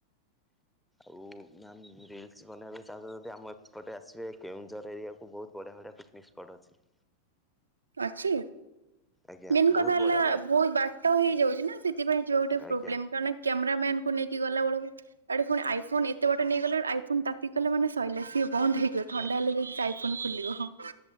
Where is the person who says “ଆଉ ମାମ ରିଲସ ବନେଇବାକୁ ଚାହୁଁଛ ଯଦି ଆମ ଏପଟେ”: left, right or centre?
Centre